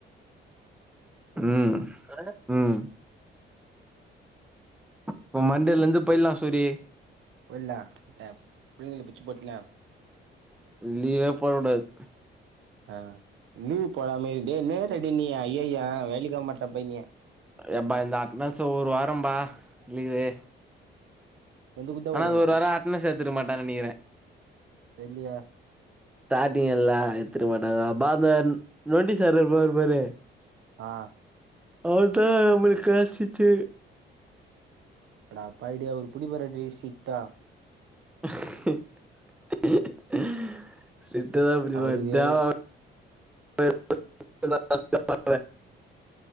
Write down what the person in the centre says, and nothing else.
உம் உம் இப்ப மண்டேல இருந்து போய்லா சூரி
லீவே போட கூடாது
எப்பா இந்த அட்னஸ் ஒரு வாரம்பா லீவு
ஆனா
அது ஒரு வாரொ அட்னஸ் எடுத்துருக்க மாட்டா நெனைக்கிறேன்
ஸ்டாட்டீங் எல்லாம் எடுத்துருக்க மாட்டாங்க அப்ப அந்த நொண்டி சார் இருப்பார் பாரு
அவர் தா நமளுக் க்ளாஸ் டீச்சரு
<inaudible>
<inaudible>